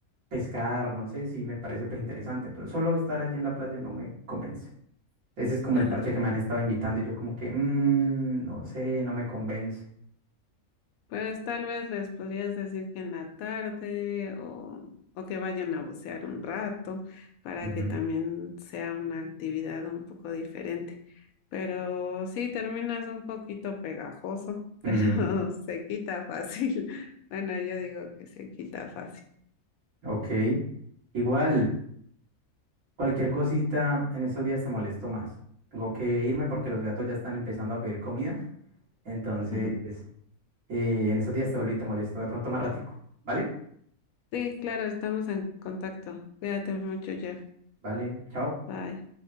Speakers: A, on the right; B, on the left.
A: pescar, no sé, si me parece pues interesante, pero solo estar allí en la playa no me convence. Ese es como
B: <laughs>
A: el parche que me han estado invitando y yo como que, "Mm, no sé, no me convence.
B: Pues tal vez les podrías decir que en la tarde o, o que vayan a bucear un rato para
A: Ujú,
B: que también sea una actividad un poco diferente. Pero sí, terminas un poquito pegajoso, <laughs>
A: ujú,
B: pero se quita fácil. Bueno, yo digo que se quita fácil.
A: Ok. Igual, cualquier cosita en esos días te molesto más. Tengo que irme porque los gatos ya están empezando a pedir comida. Entonces,
B: <laughs>
A: Eh, en esos días te volví y te molesto. De pronto más ratico. ¿Vale?
B: Sí, claro, estamos en contacto. Cuídate mucho, Jeff.
A: Vale, chao.
B: Bye.